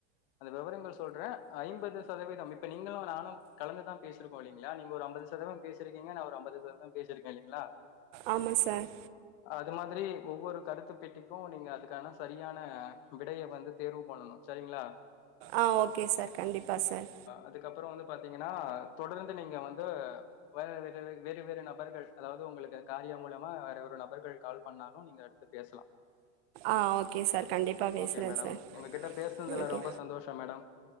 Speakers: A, on the left (about 50°); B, on the right (about 55°).
A: அந்த விவரங்கள் சொல்றே ஐம்பது சதவீதம் இப்ப நீங்களு நானு கலந்துதா பேசிருக் கோ இல்லீங்ளா நீங்க ஒரு ஐம்பது சதவீதோ பேசி இருக்கீங்க நா ஒரு ஐம்பது சதவீதோ பேசி இருக்கே இல்லீங்ளா
B: ஆமா சார்
A: அது மாதிரி ஒவ்வொரு கருத்து பெட்டிக்கு நீங்க அதுக்கான சரியான விடையை வந் து தேர்வு பண்ணணு செரிங்களா
B: ஆ ஓகே சார் கண்டிப்பா சார்
A: அதுக்கப்பறோ வந்து பாத்தீங்கன்னா தொடர்ந்து நீங்க வந்து வேற வேறு வே வேறு வேறு நபர்கள் அதாவது உங்களுக்கு காரியா மூலமா வேற ஒரு நபர்கள் கால் பண்ணாலு நீங்க எடுத்து பேசலா
B: ஆ ஓகே சார் கண்டிப்பா பேசுறே
A: ஓகே மேடம்
B: சார்
A: உங்ககிட்ட பேசுன்தல
B: ஓகே
A: ரொம்ப சந்தோஷம் மேடம்